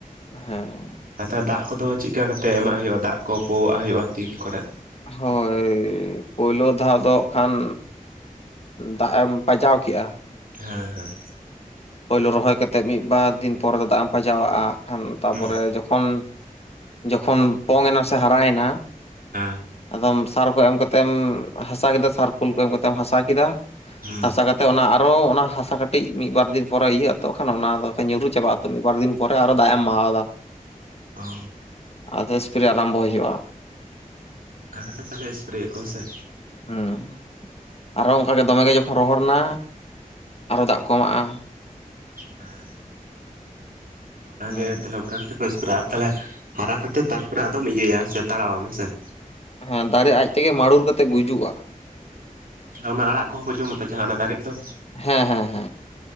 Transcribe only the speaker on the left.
ᱦᱮᱸ᱾
ᱦᱳᱭ᱾ ᱯᱩᱭᱞᱳ ᱫᱷᱟᱣ ᱫᱚ ᱟᱸᱜ ᱠᱷᱟᱱ ᱫᱟᱜ ᱮᱢ ᱯᱟᱡᱟᱣ ᱠᱮᱜᱼᱟ,
ᱯᱳᱭᱞᱳ ᱨᱚᱦᱚᱭ ᱠᱟᱛᱮᱜ ᱢᱤᱫ ᱵᱟᱨ ᱫᱤᱱ ᱯᱚᱨᱮ ᱫᱚ ᱫᱟᱜ ᱮᱢ ᱯᱟᱡᱟᱣᱟᱜᱼᱟ, ᱟᱜ ᱠᱷᱟᱱ ᱛᱟᱯᱚᱨᱮ
ᱡᱚᱠ- -ᱠᱷᱚᱱ, ᱡᱚᱠᱷᱚᱱ ᱯᱚᱝᱮᱱᱟ ᱥᱮ ᱦᱟᱨᱟᱭᱮᱱᱟ,
ᱟᱫᱚᱢ ᱥᱟᱨ ᱠᱚ ᱮᱢ ᱠᱟᱛᱮᱢ ᱦᱟᱥᱟ ᱠᱮᱫᱟ, ᱥᱟᱨ ᱠᱩᱞ ᱠᱚ ᱮᱢ ᱠᱟᱛᱮᱢ ᱦᱟᱥᱟ ᱠᱮᱫᱟ᱾
ᱦᱟᱥᱟ ᱠᱟᱛᱮᱜ ᱚᱱᱟ, ᱟᱨᱚ ᱚᱱᱟ ᱦᱟᱥᱟ ᱠᱟᱹᱴᱤᱡ ᱢᱤᱜ ᱵᱟᱨ ᱫᱤᱱ ᱯᱚᱨᱮ ᱤᱭᱟᱹᱜ ᱟ ᱛᱚ, ᱠᱷᱟᱱ ᱚᱱᱟ ᱫᱚᱥᱮ ᱧᱩᱨᱩ ᱪᱟᱵᱟᱜᱼᱟ, ᱛᱚ ᱢᱤᱜ ᱵᱟᱨ ᱫᱤᱱ ᱯᱚᱨᱮ ᱟᱨᱚ ᱫᱟ ᱮᱢ ᱢᱟᱣᱫᱟ᱾
ᱟᱫᱚ ᱮᱥᱯᱨᱮ ᱟᱨᱟᱢᱵᱚ ᱦᱩᱭᱩᱜᱼᱟ᱾
ᱦᱩᱸ᱾ ᱟᱨᱚ ᱚᱝᱠᱟᱜᱮ ᱫᱚᱢᱮ ᱜᱮ ᱡᱚᱠᱷᱚᱱ ᱨᱚᱦᱚᱲ ᱱᱟ, ᱟᱨᱚ ᱫᱟᱜ ᱠᱚ ᱮᱢᱟᱜᱼᱟ᱾
ᱦᱩᱸ
ᱦᱮᱸ, ᱫᱟᱨᱮ ᱟᱡ ᱛᱮᱜᱮ ᱢᱟᱹᱲᱩᱨ ᱠᱟᱛᱮᱜ ᱜᱩᱡᱩᱜᱼᱟ᱾
ᱦᱮᱸ, ᱦᱮᱸ, ᱦᱮᱸ᱾